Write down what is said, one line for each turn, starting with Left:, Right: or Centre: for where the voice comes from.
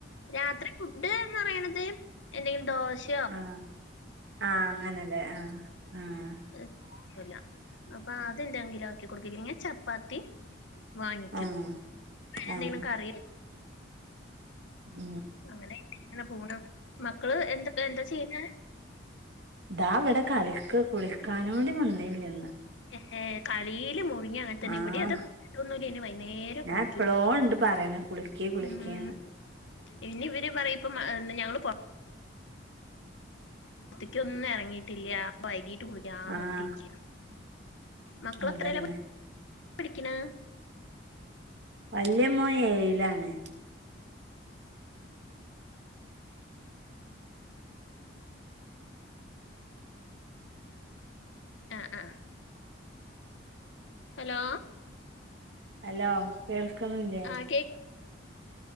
Left: രാത്രി ഫുഡ് എന്ന് പറയണത് എന്തെങ്കിലും ദോശ്
Right: ആഹ് ആഹ് അങ്ങനെല്ലേ ആഹ് ആഹ്
Left: വേ <unintelligible> ക്കുല്ല അപ്പൊ അതെന്തെങ്കിലും ആക്കി കൊടുക്കും ഇല്ലെങ്കി ചപ്പാത്തി വാങ്ങിക്കും
Right: ആഹ്
Left: എന്തെങ്കിലും
Right: ആഹ്
Left: കറിയ
Right: ഉം
Left: അങ്ങനെക്കിങ്ങനെ പോണ് മക്കള് എന്തൊ എന്താ ചെയ്യുന്നെ
Right: ദാ ഇവിടെ കളിക്ക് കുളിക്കാനോടി വന്നില്ല്യ ഇന്ന്
Left: എ ഏഹ് കളിയില് മുഴ് ഇനി അങ്ങനെത്തന്നെ
Right: ആഹ്
Left: ഇവിടെ അത് <unintelligible> ത്തോന്നൂല ഇനി വൈകുന്നേരേ
Right: ഞാൻ
Left: കുളിക്കൂള്ളൂ
Right: എപ്പളോ ഉണ്ട് പറയണ കുളിക്ക് കുളിക്ക്ന്ന്
Left: ഉം ഇനി ഇവര് പറയും ഇപ്പ മ ഏഹ് ഞങ്ങള് പൊറത് ത്തേക്കൊന്നും എറങ്ങിട്ടില്യാ വൈകീട്ട് കുളി യാന്ന്
Right: ആഹ്
Left: പറഞ്ഞിട്ടിരിക്യാ മക്കളെത്രേലാ
Right: അതന്നെ
Left: പഠിക്കണെ
Right: വല്യ മോൻ ഏയിലാണ്
Left: ആഹ് ആഹ് ഹലോ
Right: ഹലോ കേൾക്കുന്നില്ലേ
Left: ആ കേക്ക്